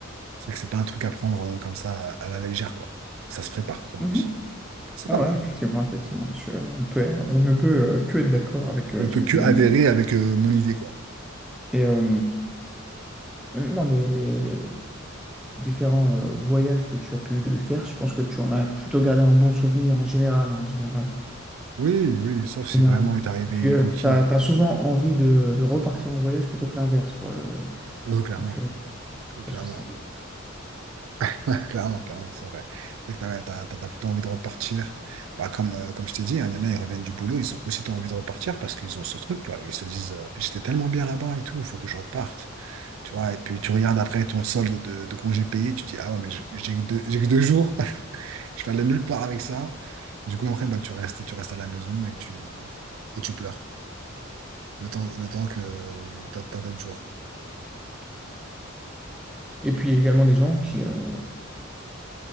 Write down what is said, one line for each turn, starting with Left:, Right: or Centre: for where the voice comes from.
Right: C'est vrai que c'est pas un truc à prendre euh, comme ça à, à la légère, quoi. Ça se prépare, comme
Centre: Mhm.
Right: on dit. C'est pas
Centre: Ah
Right: mal.
Centre: ouais, effectivement, effectivement. Je- on peut, on ne peut euh, que être d'accord avec euh,
Right: On ne
Centre: ce
Right: peut
Centre: que
Right: que
Centre: tu
Right: adhérer
Centre: viens de dire.
Right: avec euh, mon idée, quoi.
Centre: Et euh, maintenant, les, les différents euh, voyages que tu as pu faire, je pense que tu en as plutôt gardé un bon souvenir en général, hein, en général, en
Right: Oui, oui, sauf si
Centre: général.
Right: vraiment est arrivé
Centre: Et puis,
Right: une coquille.
Centre: tu as,
Right: euh,
Centre: souvent envie de, de repartir en voyage plutôt que l'inverse, quoi. Euh,
Right: Oui, clairement.
Centre: Donc, euh,
Right: Clairement,
Centre: je pense que c'est-
Right: <laughs> clairement, clairement, c'est vrai. C'est vrai que t'as, t'as, t'as- t'as plutôt envie de repartir. Bah, comme, euh, comme je t'ai dit, hein, il y en a, ils reviennent du boulot, ils ont aussitôt envie de repartir parce qu'ils ont ce truc, là. Ils se disent, euh, j'étais tellement bien là-bas et tout, il faut que je reparte. Tu vois, et puis tu regardes après ton solde de, de congé payé, tu te dis, ah ouais, mais j'ai j'ai que deux, j'ai que deux jours, <laughs> je vais aller nulle part avec ça. Du coup, après, bah, tu restes, tu restes à la maison et tu, et tu pleures. Le temps, le temps que t'as, t'as d'autres jours.
Centre: Et puis, il y a également des gens qui, euh,